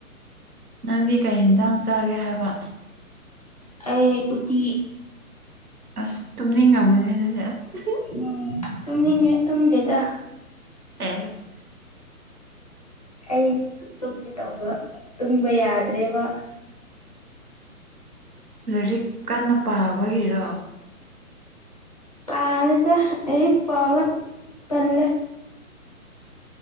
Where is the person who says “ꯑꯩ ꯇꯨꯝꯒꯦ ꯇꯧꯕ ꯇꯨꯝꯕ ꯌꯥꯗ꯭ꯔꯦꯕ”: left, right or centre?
Left